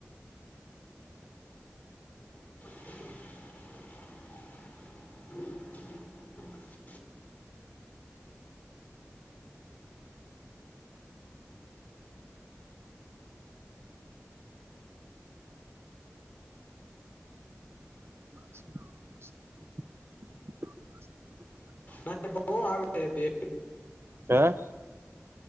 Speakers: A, on the left; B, on the right.
A: છે,
B: <unintelligible> <inaudible>
A: હક આવે.
B: હા,